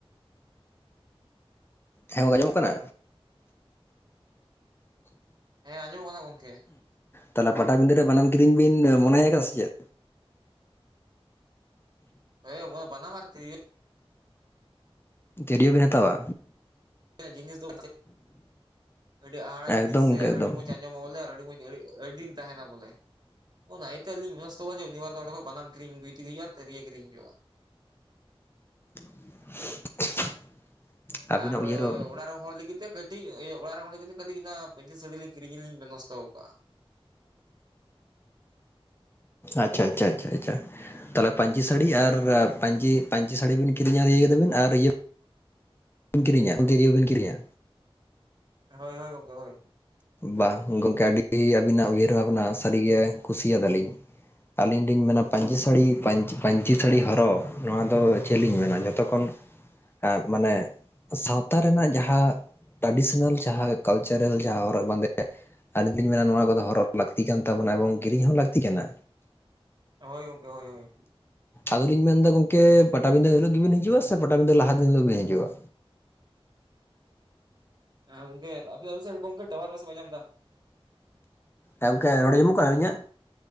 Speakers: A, on the left (about 20°); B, on the right (about 45°).
A: ᱦᱮᱸ ᱜᱚᱝᱠᱮ ᱟᱢᱚᱢᱚᱜ ᱠᱟᱱᱟ?
B: ᱦᱮᱸ ᱟᱸᱡᱚᱢᱚᱜ ᱠᱟᱱᱟ ᱜᱚᱝᱠᱮ
A: ᱛᱟᱞᱮᱫ ᱯᱟᱴᱟᱵᱤᱸᱫᱟᱹ ᱨᱮ ᱵᱟᱱᱟᱢ ᱠᱤᱫᱤᱧ ᱵᱤᱱ ᱢᱚᱱᱮᱭ ᱟᱠᱟᱫᱟ ᱥᱮ ᱪᱮᱫ?
B: ᱮ <inaudible> ᱵᱟᱱᱟᱢ ᱟᱨ ᱛᱤᱨ
A: ᱛᱤᱨᱭᱚ ᱵᱤᱱ ᱦᱟᱛᱟᱣᱟ
B: ᱡᱤᱱᱤᱥ ᱫᱚ ᱟᱹᱰᱤ ᱦᱟ ᱦᱟᱲᱟ
A: ᱮᱠᱫᱚᱢ
B: ᱡᱤᱱᱤᱥ ᱥᱮ
A: ᱜᱚᱝᱠᱮ
B: ᱟᱹᱰᱤ
A: ᱮᱠᱫᱚᱢ
B: ᱢᱚᱸᱡᱽ ᱟᱸᱡᱚᱢ ᱟ ᱵᱚᱞᱮ ᱟᱹᱰᱤ ᱢᱚᱸᱡᱽ ᱟᱹᱰᱤ ᱫᱤᱱ ᱛᱟᱦᱮᱱᱟ ᱵᱚᱞᱮᱛᱮ ᱟᱹᱞᱤᱧ ᱛᱚ ᱡᱮ ᱩᱱᱤ ᱵᱟᱨ ᱫᱚᱸᱰᱮ ᱠᱷᱚᱱ ᱵᱟᱱᱟᱢ ᱠᱤᱨᱤᱧ ᱦᱩᱭᱛᱮᱜᱮ ᱠᱮᱫᱜᱮ ᱟᱨ ᱛᱟᱹᱨᱤ ᱠᱤᱨᱤᱧ ᱦᱩᱭᱩᱜᱼᱟ
A: <unintelligible> ᱟᱹᱵᱤᱱᱟᱜ
B: ᱟᱨ
A: ᱩᱭᱦᱟᱹᱨ ᱵᱷᱟᱵᱽᱱᱟ
B: ᱚᱲᱟᱜ ᱨᱮ ᱦᱚᱲ ᱞᱟᱹᱜᱤᱫᱜ ᱛᱮ ᱠᱟᱹᱴᱤᱡ ᱤᱭᱟᱹ ᱚᱲᱟᱜ ᱨᱮ ᱦᱚᱲᱤ ᱠᱟᱹᱴᱤᱡ ᱚᱱᱟ ᱯᱟᱹᱧᱪᱤ ᱥᱟᱹᱲᱤ ᱞᱤᱧ ᱠᱤᱨᱤᱧ ᱵᱮᱵᱚᱥᱛᱣ ᱟᱠᱟᱜᱼᱟ
A: ᱟᱪ ᱪᱷᱟ ᱟᱪ ᱪᱷᱟ ᱟᱪ ᱪᱷᱟ ᱟᱪ ᱪᱷᱟ ᱛᱟᱦᱚᱞᱮ ᱯᱟᱹᱧᱪᱤ ᱥᱟᱹᱲᱤ ᱟᱨ ᱯᱟᱹᱧᱪᱤ ᱯᱟᱹᱧᱪᱤ ᱥᱟᱹᱲᱤ ᱵᱤᱱ ᱠᱤᱨᱤᱧ ᱟ ᱠᱮᱫᱟᱵᱤᱱ ᱟᱨ ᱤᱭᱟᱹ ᱤᱱ ᱠᱤᱨᱧᱟ ᱩᱞ ᱫᱤᱨᱭ ᱵᱤᱱ ᱠᱤᱨᱤᱧᱟ
B: ᱦᱚᱭ ᱦᱚᱭ ᱜᱚᱝᱠᱮ ᱦᱚᱭ
A: ᱵᱟᱦᱽ, ᱜᱚᱝᱠᱮ ᱟᱹᱰᱤ ᱟᱹᱵᱤᱱᱟᱜ ᱩᱭᱦᱟᱹᱨ ᱵᱷᱟᱵᱽᱱᱟ ᱥᱟᱹᱨᱤ ᱜᱮ ᱠᱩᱥᱤᱭᱟᱫᱟ ᱞᱤᱧ᱾ ᱟᱹᱞᱤᱧ ᱞᱤᱧ ᱢᱮᱱᱟ ᱯᱟᱹᱧᱪᱤ ᱥᱟᱹᱲᱤ ᱯᱟᱹᱧᱪ-ᱯᱟᱹᱧᱪᱤ ᱥᱟᱹᱲᱤ ᱦᱚᱨᱚᱜ ᱱᱚᱣᱟ ᱫᱚ ᱪᱮᱜ ᱞᱤᱧ ᱢᱮᱱᱟ ᱡᱚᱛᱚ ᱠᱷᱚᱱ ᱠᱟᱫ ᱢᱟᱱᱮ ᱥᱟᱶᱛᱟ ᱨᱮᱱᱟᱜ ᱡᱟᱦᱟᱸ ᱴᱨᱟᱰᱤᱥᱚᱱᱟᱞ ᱡᱟᱦᱟᱸ ᱠᱟᱞᱪᱟᱨᱟᱞ ᱡᱟᱦᱟᱸ ᱦᱚᱨᱚᱜ ᱵᱟᱸᱫᱮ ᱟᱤᱧ ᱫᱚᱞᱤᱧ ᱢᱮᱱᱟ ᱱᱚᱣᱟ ᱠᱚᱫᱚ ᱦᱚᱨᱚᱜ ᱞᱟᱹᱠᱛᱤ ᱠᱟᱱ ᱛᱟᱵᱚᱱᱟ ᱮᱵᱚᱝ ᱠᱤᱨᱤᱧ ᱦᱚᱸ ᱞᱟᱹᱠᱛᱤ ᱠᱟᱱᱟ᱾
B: ᱦᱳᱭ ᱜᱚᱝᱠᱮ, ᱦᱳᱭᱼᱦᱳᱭ᱾
A: ᱟᱫᱚᱞᱤᱧ ᱢᱮᱱᱫᱟ ᱜᱚᱢᱠᱮ ᱯᱟᱴᱟ ᱵᱤᱫᱟᱹ ᱦᱤᱞᱚᱜ ᱜᱮᱵᱤᱱ ᱦᱤᱡᱩᱜᱼᱟ ᱥᱮ ᱯᱟᱴᱟᱵᱤᱫᱟᱹ ᱞᱟᱦᱟ ᱫᱤᱱ ᱦᱤᱞᱳᱜ ᱵᱤᱱ ᱦᱤᱡᱩᱜᱼᱟ᱾
B: ᱟᱸ ᱜᱚᱝᱠᱮ ᱟᱯᱮ ᱩᱥᱮᱨ ᱜᱚᱝᱠᱮ ᱴᱟᱣᱟᱨ ᱯᱟᱥᱮ ᱵᱟᱭ ᱧᱟᱢᱫᱟ᱾
A: ᱮ ᱚᱝᱠᱮ ᱨᱚᱲ <inaudible> ᱤᱧᱟᱹᱜ᱾